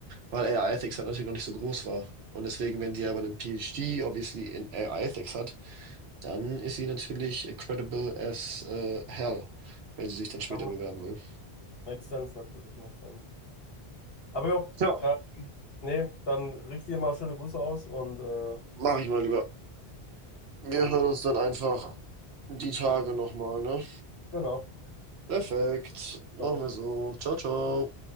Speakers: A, on the right; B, on the left.
A: weil AI Ethics halt natürlich noch nicht so groß war. Und deswegen, wenn sie aber einen PhD obviously in AI Ethics hat, dann ist sie natürlich credible as äh, hell, wenn sie sich dann später
B: Ja, macht-
A: bewerben will.
B: Makes sense natürlich, makes sense. Aber jo,
A: Ja,
B: äh, nee, dann richte dir mal schöne Grüße aus und äh,
A: mach ich mal lieber. Wir
B: hoffentlich.
A: hören uns dann einfach die Tage nochmal, ne?
B: Genau.
A: Perfekt. Machen
B: Ciao.
A: wir so. Ciao, ciao.